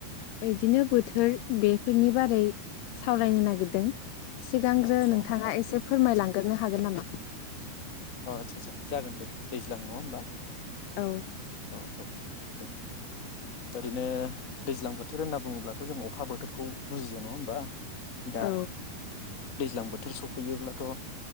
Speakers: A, on the left; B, on the left.
A: बिदिनो बोथोर बेफोरनि बारै सावरायनो नागिरदों। सिगांग्रो
B: आदसा
A: नोंथाङा एसे फोरमायलांग्रोनो हागोन नामा? <inaudible>
B: अ आच्छा आच्छा जागोन दे दैज्लां नङा होमबा?
A: औ
B: अ अ अ दे ओरैनो दैज्लां बोथोर होनना बुङोब्लाथ' जों अखा बोथोरखौ बुजियो नङा होमबा? दा
A: औ
B: दैज्लां बोथोर सफैयोब्लाथ'